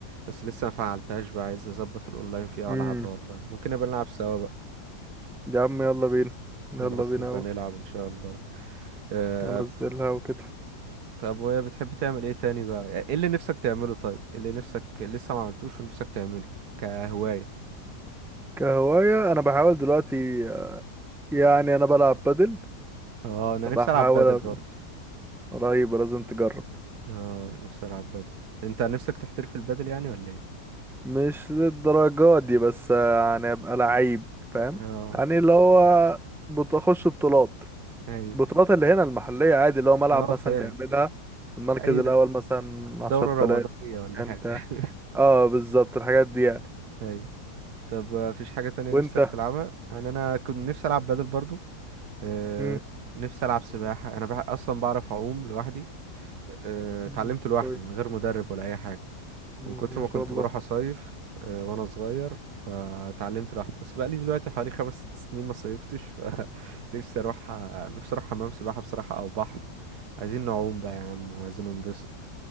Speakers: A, on the right; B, in the centre.
A: بس لسه ما فعلتهاش بقى عايز اظبط الاونلاين فيها
B: امم
A: والعبها والله ممكن نبقى نلعب سوا بقى
B: يا عم يلا بينا يلا
A: خلاص
B: بينا
A: نبقى
B: أوي.
A: نلعب ان شاء الله آه...
B: انزلها وكده
A: طب وهي بتحب تعمل ايه تاني بقى يعني ايه اللي نفسك تعمله طيب إيه اللي نفسك لسه ما عملتوش ونفسك تعمله كهواية
B: كهواية انا بحاول دلوقتي آه، يعني انا بلعب بادل
A: اه انا
B: بحاول
A: نفسي العب بادل
B: ابقى
A: برضه
B: رهيب لازم تجرب
A: اه نفسي العب بادل انت نفسك تحترف البادل يعني ولا ايه
B: مش للدرجة دي بس يعني ابقى لعيب فاهم
A: اه
B: يعني اللي هو بتخش بطولات
A: ايوه
B: بطولات اللي هنا المحلية عادي اللي هو ملعب
A: اه فاهم
B: مثلا بيعملها المركز
A: ايوه
B: الأول مثلا عشر
A: دورة
B: تلاف
A: رمضانية ولا
B: كان
A: حاجة
B: بتاع
A: <laughs>
B: اه بالظبط الحاجات دي يعني
A: ايوه طب آه، مفيش حاجة تانية
B: وانت
A: نفسك تلعبها انا انا كنت نفسي العب بادل برضو آه،
B: مم.
A: نفسي ألعب سباحة أنا بح... أصلا بعرف أعوم لوحدي آه،
B: مم.
A: اتعلمت لوحدي
B: كويس
A: من غير مدرب ولا أي حاجة
B: مم.
A: من كتر
B: ما
A: ما
B: شاء
A: كنت
B: الله
A: بروح أصيف آه، وأنا صغير فاتعلمت لوحدي بس بقالي دلوقتي حوالي خمس ست سنين ما صيفتش <laughs> فنفسي أروح نفسي أروح حمام سباحة بصراحة أو بحر عايزين نعوم بقى يا عم وعايزين ننبسط